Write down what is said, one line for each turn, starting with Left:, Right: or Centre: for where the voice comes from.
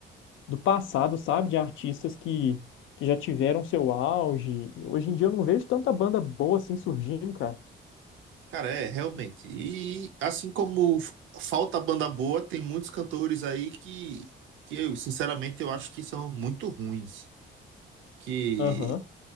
Left: do passado, sabe? De artistas que, que já tiveram seu auge. e Hoje em dia eu não vejo tanta banda boa assim surgindo, cara.
Right: Cara, é, realmente. E assim como f- falta banda boa, tem muitos cantores aí que, que eu, sinceramente, eu acho que são muito ruins. Que
Left: Aham.